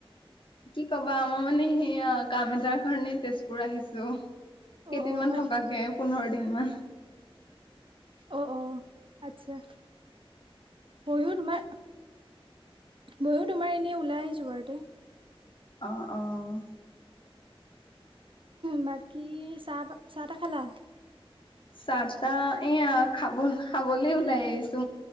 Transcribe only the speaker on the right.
অ
অ হয়
নেকি
অ অ আচ্ছা ময়ো তোমাৰ ময়ো তোমাৰ এনেই ওলাই আহিছোঁ বাৰুতে।
বাকী চাহ চাহ তাহ খালা